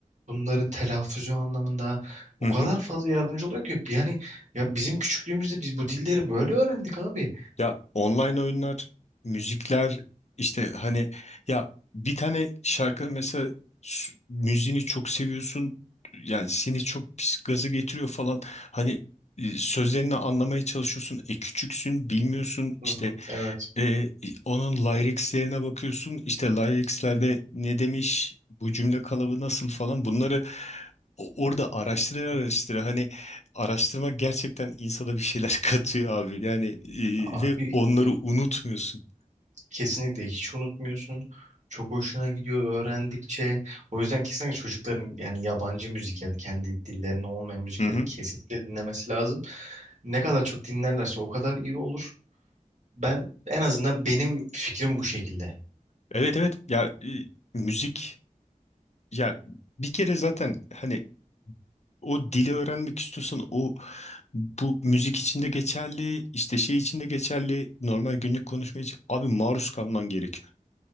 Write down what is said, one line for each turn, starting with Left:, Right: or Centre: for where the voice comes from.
Right: bunları telaffuzu anlamında o
Left: Hı
Right: kadar
Left: hı.
Right: fazla yardımcı oluyor ki yani ya bizim küçüklüğümüzde biz bu dilleri böyle öğrendik abi.
Left: Ya online oyunlar, müzikler işte hani ya bir tane şarkı mesela s- müziğini çok seviyorsun. Yani seni çok pis gaza getiriyor falan. Hani e, sözlerini anlamaya çalışıyorsun. E küçüksün, bilmiyorsun.
Right: Hı
Left: işte
Right: hı, Evet
Left: e, onun Lyrics'lerine bakıyorsun işte Lyrics'lerde ne demiş bu cümle kalıbı nasıl falan bunları o- orada araştıra araştıra hani araştırma gerçekten insana bir şeyler <laughs> katıyor abi yani e,
Right: abi
Left: ve onları
Right: e,
Left: unutmuyorsun.
Right: kesinlikle hiç unutmuyorsun. Çok hoşuna gidiyor öğrendikçe. O yüzden kesinlikle çocukların yani yabancı müzik ya da kendi dillerine olmayan müzikleri
Left: Hı hı.
Right: kesinlikle dinlemesi lazım. Ne kadar çok dinlerlerse o kadar iyi olur. Ben en azından benim fikrim bu şekilde.
Left: Evet evet ya e, müzik ya bir kere zaten hani o dili öğrenmek istiyorsan o bu müzik için de geçerli işte şey için de geçerli normal günlük konuşma için abi maruz kalman gerekiyor.